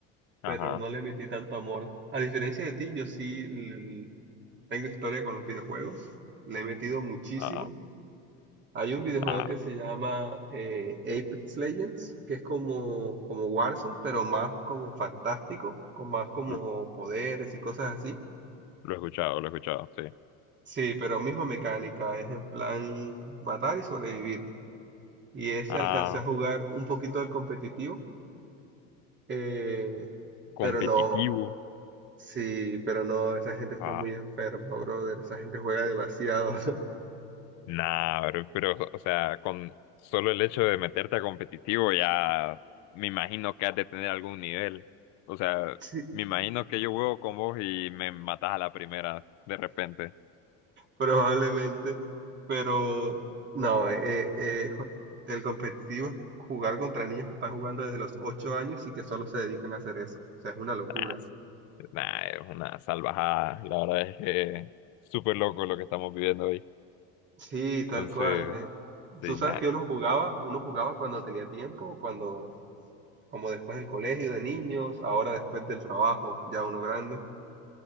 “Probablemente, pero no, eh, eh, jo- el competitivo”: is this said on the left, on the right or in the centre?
Right